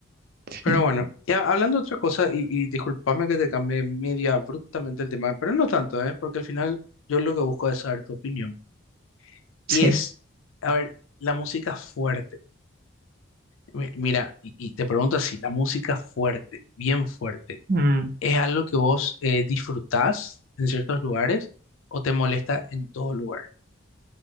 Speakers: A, on the right; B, on the left.
A: sí,
B: Pero bueno, ya hablando de otra cosa, y, y discúlpame que te cambie medio abruptamente el tema, pero no tanto, ¿eh? Porque al final yo lo que busco es saber tu opinión. Y
A: sí.
B: es, a ver, la música fuerte. Mi- Mira, y, y te pregunto así, la música fuerte, bien fuerte.
A: Mm.
B: ¿Es algo que vos eh, disfrutás en ciertos lugares o te molesta en todo lugar?